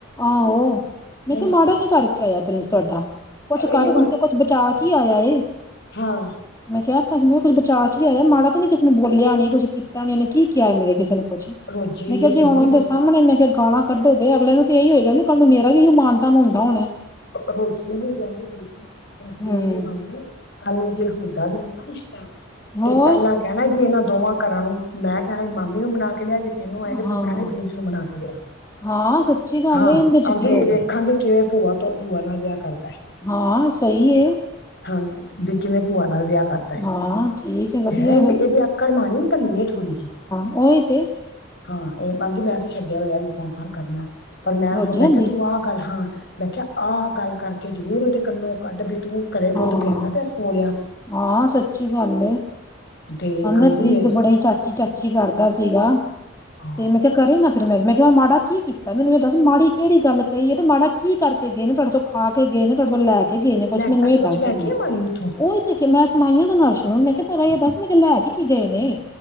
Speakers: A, on the left (about 15°); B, on the left (about 55°).
A: ਆਹੋ, ਮੈਂ
B: ਹੈ
A: ਕਿਹਾ, ਮਾੜਾ ਕੀ ਕਰਕੇ ਆਇਆ ਪ੍ਰਿੰਸ ਤੁਹਾਡਾ। ਕੁਛ ਕਰ,
B: ਇਹੀਓ ਗੱਲ
A: ਮਤਲਬ ਕੁਛ ਬਚਾ ਕੇ ਈ ਆਇਆ ਏ
B: ਹਾਂ
A: ਮੈਂ ਕਿਹ, ਤਾ ਸੀ ਮ ਕਿਹਾ ਕੁੱ ਬਚਾ ਕੇ ਆਇਆ, ਮਾੜਾ ਤੇ ਨੀ ਕਿਸੇ ਨੂੰ ਬੋਲਿਆ ਨਈ, ਕੁੱਛ ਕੀਤਾ ਨਈ ਉਹਨੇ ਕੀ ਕਿਹਾ ਮੇਰੇ ਕਿਸੇ ਨੂੰ, ਕੁਛ
B: ਰੋਜੀ
A: ਮੈਂ
B: ਇਹੀਓ
A: ਕਿਹਾ,
B: ਕਹਿੰਦੀ
A: ਜੇ ਹੁਣ ਉਹਦੇ
B: ਪਈ
A: ਸਾਹਮਣੇ,
B: ਸੀ
A: ਮੈਂ ਕਿਹਾ ਗਾਲਾਂ ਕੱਢੋ ਤੇ, ਅਗਲੇ ਨੂੰ ਤੇ ਇਹੀ ਹੋਏਗਾ, ਵੀ ਕੱਲ ਨੂੰ ਮੇਰਾ ਵੀ ਇਉਂ ਮਾਨਤਾਨ ਹੁੰਦਾ ਹੋਣਾ
B: ਰੋਜ਼ੀ ਨੂੰ, ਕਹਿੰਦੀ ਪਈ ਸੀ, ਰੋਜ਼ੀ
A: ਹੂੰ।
B: ਦੀ ਮੰਮੀ? ਕੱਲ ਨੂੰ, ਜੇ ਹੁੰਦਾ ਵੀ ਹੈ ਨਾ ਰਿਸ਼ਤਾ,
A: ਹੋਰ
B: ਤੇ ਪਹਿਲਾਂ ਕਹਿਣਾ ਕਿ, ਇਹਨਾਂ ਦੋਵਾਂ ਘਰਾਂ ਨੂੰ, ਮੈਂ ਕਹਿਣਾ ਮਾਮੀ ਨੂੰ ਮਨਾ ਕੇ ਲਿਆ, ਜੇ ਤੈਨੂੰ ਆਏ ਕੇ
A: ਹਾਂ,
B: ਤੂੰ ਕਹਿਣਾ ਪ੍ਰਿੰਸ ਨੂੰ ਮਣਾ ਕੇ ਲਿਆ,
A: ਹਾਂ ਸੱਚੀ ਗੱਲ
B: ਹਾਂ
A: ਏ ਇਹਦੇ
B: ਆਉਂਦੀ
A: ਚ ਕੀ ਹੋਵੇ
B: ਵੇਖਾਂਗੇ ਕਿਵੇਂ, ਭੂਆ ਤੋਂ ਭੂਆ ਬਿਨਾ, ਨਾਲ ਵਿਆਹ ਕਰਦਾ ਏ
A: ਹਾਂ, ਸਹੀ ਏ
B: ਹਾਂਜੀ ਵਿਕੀ ਨੇ, ਭੂਆ ਨਾਲ ਦਾ ਵਿਆਹ ਕਰਤਾ ਏ,
A: ਹਾਂ ਠੀਕ ਹੈ ਵਧੀਆ
B: ਹੈਂ ਇਹਦੀ
A: ਫਿਰ
B: ਇਹਦੀ ਆਕੜ ਮਾੜੀ ਭਨੀਏ, ਥੋੜ੍ਹੀ ਜਿਹੀ
A: ਓਹੀ ਤੇ,
B: ਹਾਂ, ਇਹ ਆਾਂਦੀ, ਮੈਂ ਤੇ ਛੱਡਿਆ ਹੋਇਆ ਇਹਨੂੰ ਫੋਨ ਫਾਨ ਕਰਨਾ। ਪਰ ਮੈਂ
A: ਰੋਜੀ
B: ਹੁਣ, ਮੈਂ
A: ਹੁੰਦੀ
B: ਕਿਹਾ ਤੂੰ ਆਹ ਕਰ ਹਾਂ, ਮੈਂ ਕਿਹਾ ਆਹ ਗੱਲ ਕਰ ਤੇ ਜ਼ਰੂਰ ਉਹਦੇ ਕੰਨੋ ਕੱਢ ਦੇ, ਤੂੰ ਘਰੇ
A: ਹਾਂ,
B: ਦੁੱਧ ਪਿਆਦਾ ਪਿਆ, ਸਪੋ
A: ਹਾਂ, ਸੱਚੀ ਗੱਲ
B: ਤੇ
A: ਕਹਿੰਦਾ
B: ਆਂਦੀ
A: ਪ੍ਰਿੰਸ,
B: ਮੇਰੇ
A: ਬੜਾ ਹੀ ਚਾਚੀ ਚਾਚੀ ਕਰਦਾ ਸੀਗਾ
B: ਹਾਂ
A: ਤੇ ਕਰੇ ਨਾ ਫ਼ਿਰ ਮੈਂ ਮੈਂ ਕਿਹਾ ਮਾੜਾ ਕੀ ਕੀਤਾ, ਮੈਨੂੰ ਇਹ ਦੱਸ ਮਾੜੀ ਕਿਹੜੀ ਗੱਲ ਕਹੀ, ਤੇ ਮਾੜਾ ਕੀ ਕਰਕੇ ਗਏ ਨੇ, ਤੁਹਾਡੇ ਤੋਂ ਖਾ ਕੇ ਗਏ ਨੇ ਫਿਰ, ਲੈ ਕੇ ਗਏ ਨੇ ਕੁਛ
B: ਲੈ
A: ਮੈਨੂੰ
B: ਅਸੀਂ
A: ਇਹ
B: ਕੁੱਛ
A: ਦੱਸਦੇ।
B: ਲੈ
A: ਮੈਂ
B: ਗਏ
A: ਕਿਹਾ,
B: ਮਾਣੀ ਉੱਥੋਂ
A: ਉਹਹੀ ਮੈਂ ਸੁਣਾਈਆ। ਸੰਨਰਸ਼ ਨੂੰ ਮੈਂ ਕਿਹਾ, ਤੇਰਾ ਇਹ ਦੱਸ, ਮੈਂ ਲੈ ਕੇ। <inaudible> ਕੀ--ਕੀ ਗਏ ਨੇ?